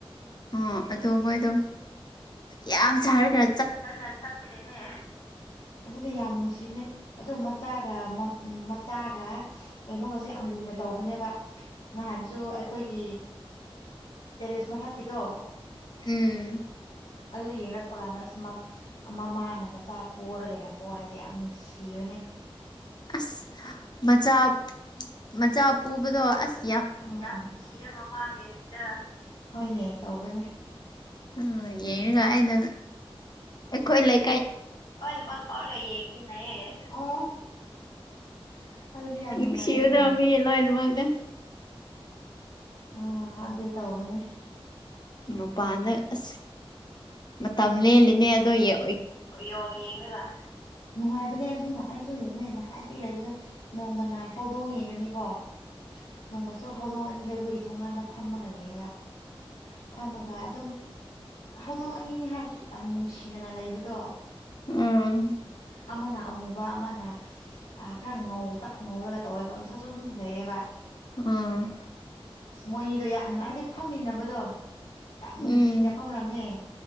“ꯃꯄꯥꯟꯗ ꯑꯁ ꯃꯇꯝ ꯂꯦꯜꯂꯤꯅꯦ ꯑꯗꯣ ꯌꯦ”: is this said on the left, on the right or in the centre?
Left